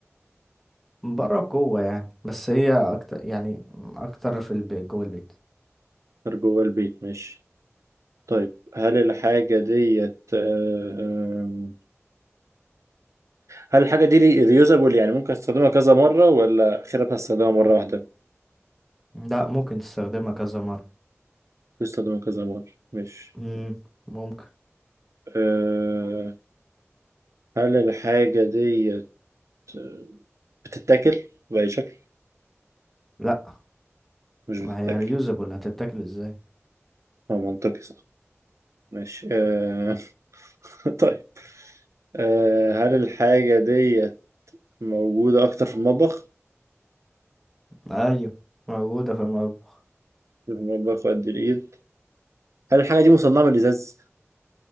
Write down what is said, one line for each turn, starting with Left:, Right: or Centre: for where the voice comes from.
Centre: بره جوه يعني بس هي اكتر يعني اكتر في البيت جوه البيت
Right: أكتر جوه البيت ماشي طيب هل الحاجة ديت آه، آم، هل الحاجة دي ريوزابل يعني ممكن استخدمها كذا مرة ولا آخرها هستخدمها مرة واحدة؟
Centre: لا ممكن تستخدمها كذا مرة
Right: بستخدمها كذا مرة مش
Centre: مم، ممكن
Right: آه، هل الحاجة ديت آه، بتتاكل بأي شكل؟
Centre: لا
Right: مش بتتاكل
Centre: ما هي ريوزابل هتتاكل ازاي
Right: اه منطقي صح ماشي آه، <laughs> طيب آه، هل الحاجة
Centre: <laughs>
Right: ديت موجودة أكتر في المطبخ؟
Centre: ايوه موجودة في المطبخ
Right: في المطبخ وقد الإيد هل الحاجة دي مصنعة من الإزاز؟